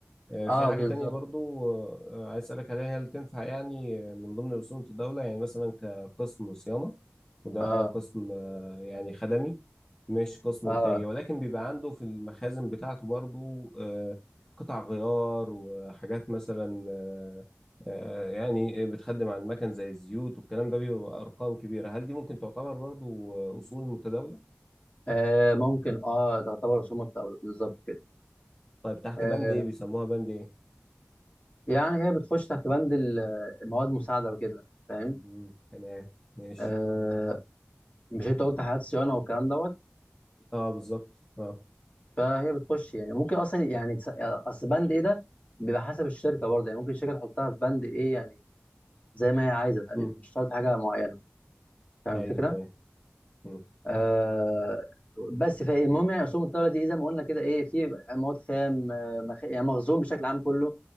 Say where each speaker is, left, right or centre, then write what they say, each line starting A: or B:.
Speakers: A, on the left; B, on the left.
A: آه،
B: اه
A: في حاجة
B: بالظبط
A: تانية برضو آه، آه، عايز أسألك عليها هل تنفع يعني آه، من ضمن رسوم الدولة يعني مثلا كقسم صيانة وده
B: اه
A: قسم آه، يعني خدمي مش قسم
B: اه
A: إنتاجي ولكن بيبقى عنده في المخازن بتاعته برضو آه، قطع غيار وحاجات مثلا آه، آه، يعني بتخدم على المكن زي الزيوت والكلام ده بيبقى أرقام كبيرة هل دي ممكن تعتبر برضو آه، أصول متداولة؟
B: آه ممكن اه تعتبر رسوم متداولة بالظبط كده
A: طيب تحت
B: آه
A: بند إيه بيسموها بند إيه؟
B: يعني هي بتخش تحت بند ال- المواد المساعدة وكده فاهم
A: مم، تمام ماشي
B: آه مش انت قلت حالات صيانة والكلام دوت
A: اه بالظبط اه
B: فهي بتخش يعني ممكن اصلا يعني تس- اصل بند ايه ده بيبقى حسب الشركة برضه يعني ممكن الشركة تحطها في بند ايه يعني زي ما هي عايزة فاهم
A: مم.
B: يعني مش شرط حاجة معينة فاهم
A: ايوه
B: الفكرة؟
A: تمام مم.
B: آه بس فالمهم يعني اسهم الدوله دي إيه زي ما قلنا كده ايه في مواد خام آه، مخ... يعني مخزون بشكل عام كله